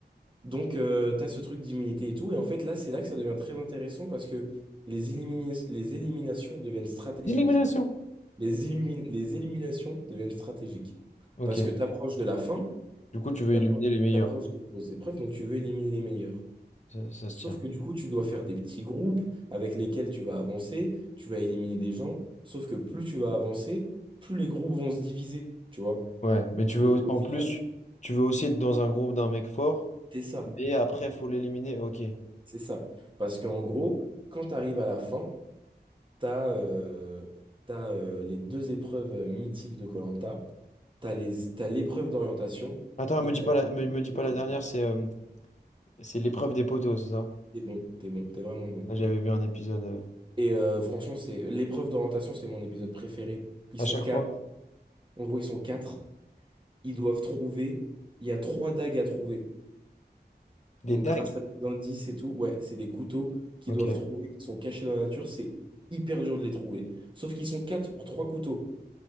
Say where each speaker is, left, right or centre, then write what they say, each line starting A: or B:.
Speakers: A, on the right; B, on the left.
A: Donc, euh, t'as tu as ce truc d'immunité et tout. Et en fait, là, c'est là que ça devient très intéressant parce que les, élimina- les éliminations deviennent stratégiques.
B: Élimination.
A: Les, élimi- les éliminations deviennent stratégiques.
B: Ok.
A: Parce que tu approches de la fin,
B: Du coup, tu veux
A: tu
B: éliminer les meilleurs,
A: approches
B: quoi.
A: des grosses épreuves, donc tu veux éliminer les meilleurs.
B: Ça, ça
A: Sauf
B: se tient.
A: que du coup, tu dois faire des petits groupes avec lesquels tu vas avancer, tu vas éliminer des gens. Sauf que plus tu vas avancer, plus les groupes vont se diviser, tu vois.
B: Ouais, mais tu veux...
A: Euh,
B: au-
A: Au
B: En
A: final,
B: plus, tu veux aussi être dans un groupe d'un mec fort,
A: c'est ça.
B: mais après, faut l'éliminer. Ok.
A: C'est ça. Parce qu'en gros, quand tu arrives à la fin, T'as euh, t'as, euh, les deux épreuves euh, mythiques de Koh-Lanta. T'as les, t'as l'épreuve d'orientation
B: Attends,
A: et
B: me dis
A: t'as
B: pas la,
A: l'épreuve
B: me, me dis
A: de
B: pas
A: photo.
B: la dernière, c'est euh, c'est l'épreuve des poteaux, c'est ça?
A: T'es bon, t'es bon, t'es vraiment bon.
B: Ah, J'avais vu un épisode... euh,
A: Et euh, franchement, c'est l'épreuve d'orientation, c'est mon épisode préféré. Ils
B: À
A: sont
B: chaque
A: quatre.
B: fois.
A: En gros, ils sont quatre. Ils doivent trouver. Il y a trois dagues à trouver.
B: Des
A: Donc,
B: dagues.
A: grâce à des indices et tout, ouais, c'est des couteaux qu'ils
B: Ok.
A: doivent trouver, qui sont cachés dans la nature. C'est hyper dur de les trouver. Sauf qu'ils sont quatre pour trois couteaux.